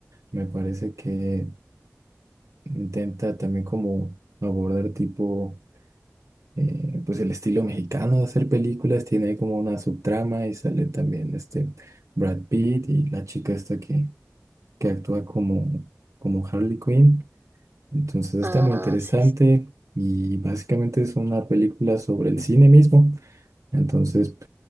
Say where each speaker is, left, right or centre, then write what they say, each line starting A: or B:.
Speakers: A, on the right; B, on the right.
A: me parece que intenta también como abordar tipo eh, pues el estilo mexicano de hacer películas tiene como una subtrama y sale también este Brad Pitt y la chica esta que, que actúa como, como Harley Quinn. Entonces está
B: Ah,
A: muy interesante
B: sí, sí,
A: y básicamente es una película sobre el cine mismo. Entonces